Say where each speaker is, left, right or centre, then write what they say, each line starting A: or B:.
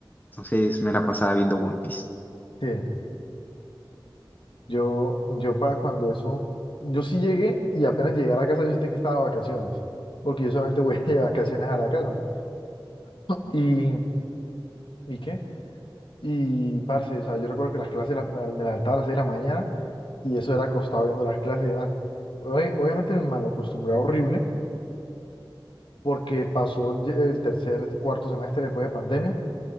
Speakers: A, on the left; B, on the left.
A: entonces me la pasaba viendo One Piece.
B: sí. Yo, yo para cuando eso, yo sí llegué y apenas llegué a la casa yo sentí que estaba de vacaciones, porque yo solamente voy <laughs> de vacaciones a la casa. ¿Y, y qué? Y, parce, o sea, yo recuerdo que las clases las- me me levantaba a las 6 de la mañana y eso era acostado viendo las clases y demás. Obvi- Obviamente me malacostumbré horrible porque pasó el el tercer, cuarto semestre después de pandemia